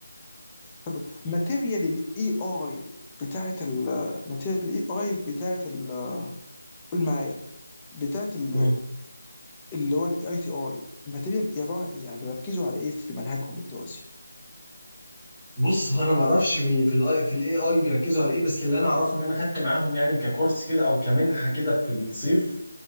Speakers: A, on the left; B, in the centre.
A: طب ماتيريال الاي اي بتاعت الماتيريال الاي اي بتاعت ال- قول معايا بتاعت ال-
B: مم.
A: اللي هو الاي تي اي ماتيريال عباره عن ايه يعني بيركزوا على ايه في منهجهم الدراسي
B: بص هو انا ما اعرفش بي- في الاي في الاي اي بيركزوا على ايه بس اللي انا اعرفه ان انا خدت معاهم يعني ككورس كده او كمنحه كده في الصيف